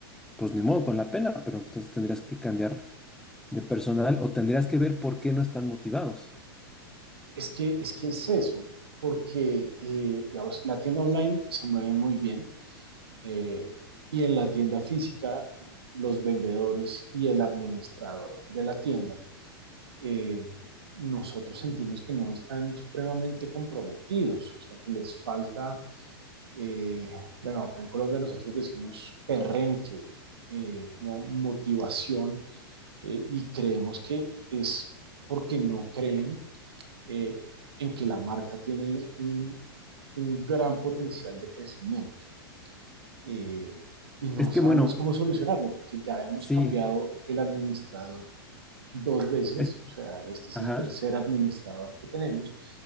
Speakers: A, in the centre; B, on the right (about 80°).
A: pues ni modo con la pena, pero entonces tendrías que cambiar de personal o tendrías que ver por qué no están motivados.
B: es que, es que es eso, porque, eh, digamos, la tienda online se mueve muy bien eh, y en la tienda física los vendedores y el administrador de la tienda eh, nosotros sentimos que no están supremamente comprometidos, o sea, que les falta, eh, bueno, acá en Colombia nosotros decimos perrenque, eh, como motivación, eh, y creemos que es porque no creen eh, en que la marca tiene un, un gran potencial de crecimiento Eh, y no
A: Es que
B: sabemos
A: bueno,
B: cómo solucionarlo porque ya hemos
A: sí,
B: cambiado el administrador dos veces,
A: es,
B: o sea, este es
A: ajá.
B: el tercer administrador que tenemos